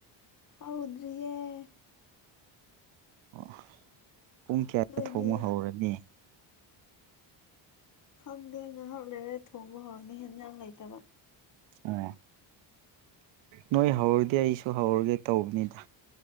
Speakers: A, on the left; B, on the right.
A: ꯍꯥꯎꯗ꯭ꯔꯦ
B: ꯑꯣ ꯄꯨꯡ ꯀꯌꯥꯗ
A: ꯅꯣꯏꯗꯤ
B: ꯊꯣꯡꯕ ꯍꯧꯔꯅꯤ
A: ꯈꯪꯗꯦ ꯉꯥꯏꯍꯥꯛ ꯂꯩꯔ ꯊꯣꯡꯕ ꯍꯧꯔꯅꯤ ꯍꯦꯟꯖꯥꯡ ꯂꯩꯇꯕ
B: ꯑ ꯅꯣꯏ ꯍꯧꯔꯗꯤ ꯑꯩꯁꯨ ꯍꯧꯔꯒꯦ ꯇꯧꯕꯅꯤꯗ